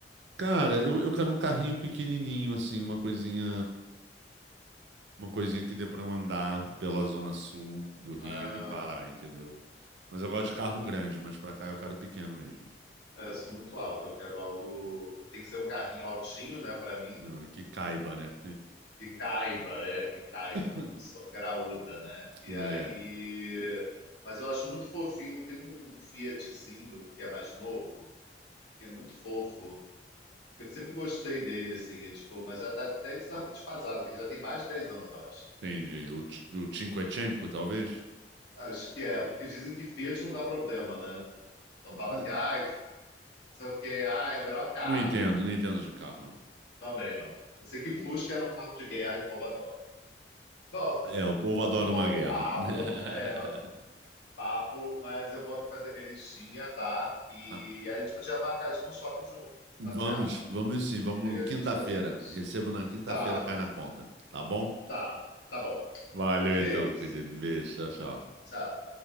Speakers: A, on the right; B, on the left.
A: Cara, eu, eu quero um carrinho pequenininho, assim, uma coisinha. Uma coisinha que dê pra eu andar pela zona sul do Rio
B: Ah,
A: e parar, entendeu? Mas eu gosto de carro grande, mas pra cá eu quero pequeno mesmo.
B: é, eu sou muito alto, eu quero algo. Tem que ser um carrinho altinho, né, para mim,
A: Não, Que caiba, né?
B: que caiba, é, que caiba,
A: <laughs>
B: uma pessoa graúda, né? E
A: É,
B: aí. Mas eu acho muito fofinho, tem um Fiatzinho que é mais novo, que é muito fofo, que eu sempre gostei dele, assim, é, tipo, mas já tá até desa- desfasado, que ele já tem mais de 10 anos, eu acho.
A: entendi. O, Ti- o Cinquecento, talvez?
B: Acho que é, porque dizem que Fiat não dá problema, né? Só fala
A: N-
B: que, ai, sei o quê, ai, é o melhor carro.
A: Não entendo, não entendo de carro, não.
B: Também não. Eu sei que
A: Uhum.
B: Fusca era um carro de guerra e o povo adora. Bom,
A: É, o povo
B: tá
A: adora
B: muito bom
A: uma
B: o
A: guerra.
B: papo,
A: <laughs>
B: é, papo, mas eu vou aqui fazer minha listinha, tá? E
A: Ah,
B: a gente podia marcar de ir no shopping junto,
A: Vamos,
B: passear.
A: vamos sim, vamos
B: E aí a
A: quinta-feira.
B: gente faz o mais.
A: Recebo na quinta-feira,
B: Tá,
A: cai na conta, tá bom?
B: tá, tá bom.
A: Valeu
B: Beijo.
A: então, querido. Beijo, tchau, tchau.
B: Tchau.